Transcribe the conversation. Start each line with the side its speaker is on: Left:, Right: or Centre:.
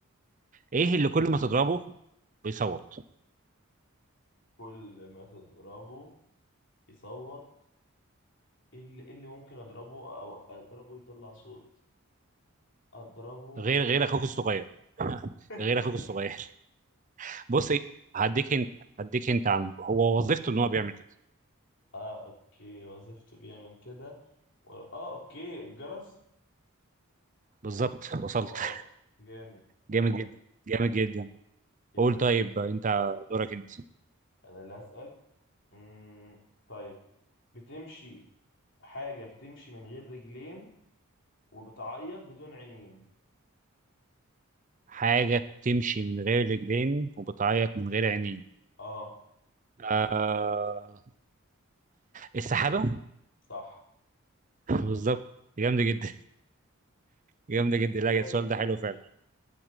Right: ايه اللي كل ما تضربه بيصوت
Left: كل ما تضربه يصوت ايه اللي, إيه اللي ممكن اضربه او اضربه يطلع صوت اضربه
Right: غير غير اخوك الصغير <laughs>
Left: <laughs>
Right: غير اخوك الصغير <laughs> بص إيه، هديك انت هديك انت عنه هو وظيفته ان هو بيعمل كده
Left: اه اوكي وظيفته بيعمل كده و... اه اوكي الجرس
Right: بالظبط وصلت
Left: واو
Right: <laughs>
Left: جامد حلو
Right: جامد
Left: قوي
Right: جدا جامد جدا
Left: يلا
Right: قول طيب
Left: يا باشا
Right: انت دورك انت
Left: انا اللي هسأل مم. طيب بتمشي حاجة بتمشي من غير رجلين وبتعيط بدون عينين
Right: حاجه بتمشي من غير رجلين وبتعيط من غير عينين
Left: اه
Right: آه السحابه
Left: صح
Right: <laughs> بالظبط جامده جدا جامده جدا لا
Left: يلا
Right: السؤال
Left: اسأل
Right: ده حلو
Left: يا باشا
Right: فعلا